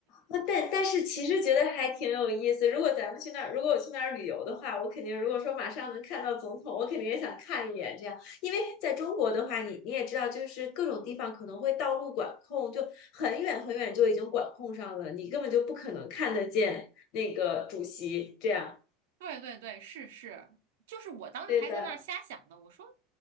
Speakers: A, on the left; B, on the right.
A: 哦，但但是其实觉得还挺有意思。如果咱们去那儿，如果我去那儿旅游的话，我肯定如果说马上能看到总统，我肯定也想看一眼这样。因为在中国的话，你你也知道，就是各种地方可能会道路管控，就很远很远就已经管控上了，你根本就不可能看得见那个主席这样。
B: 对对对，是是，就是我当时还在那儿瞎想呢，
A: 对的，
B: 我说